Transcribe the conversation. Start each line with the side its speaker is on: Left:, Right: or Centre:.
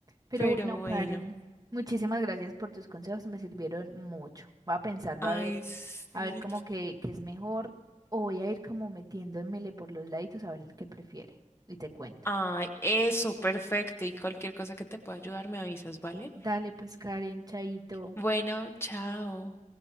Right: Pero
Left: Pero
Right: bueno, Karen,
Left: bueno,
Right: muchísimas gracias por tus consejos, me sirvieron mucho. Voy a pensarlo
Left: ay,
Right: a ver,
Left: sí.
Right: a ver cómo que, que es mejor o voy a ir como metiéndomele por los laditos a ver el que prefiere. Y te cuento.
Left: Ay, eso, perfecto. Y cualquier cosa que te pueda ayudar, me avisas, ¿vale?
Right: Dale pues, Karen, chaito.
Left: Bueno, chao.